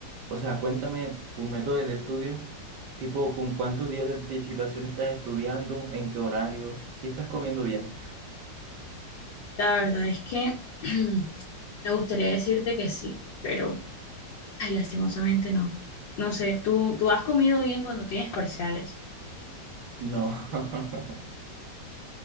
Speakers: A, on the right; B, on the left.
A: o sea, cuéntame tus métodos de estudio, tipo, ¿con cuántos días de anticipación estás estudiando? ¿En qué horarios? ¿Si estás comiendo bien?
B: La verdad es que <clears throat> me gustaría decirte que sí, pero ay, lastimosamente no. No sé, ¿tú, tú has comido bien cuando tienes parciales?
A: No, <laughs>